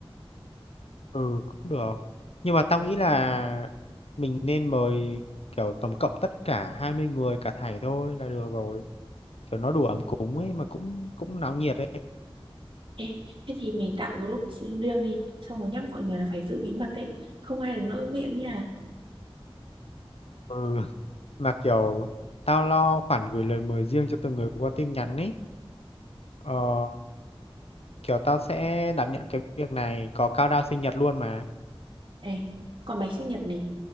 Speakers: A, on the left; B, on the right.
A: Ừ cũng được. Nhưng mà tao nghĩ là mình nên mời kiểu tổng cộng tất cả 20 người cả thảy thôi là được rồi. Kiểu nó đủ ấm cúng ấy mà cũng cũng náo nhiệt ấy.
B: Ê, thế thì mình tạo group riêng đi xong rồi nhắc mọi người là phải giữ bí mật đấy không ai được lỡ miệng nha
A: Ừ <laughs> mà kiểu tao lo khoản gửi lời mời riêng cho từng người qua tin nhắn ấy. Ờ, kiểu tao sẽ đảm nhận cái việc này có cao đao sinh nhật luôn mà.
B: Ê, còn bánh sinh nhật này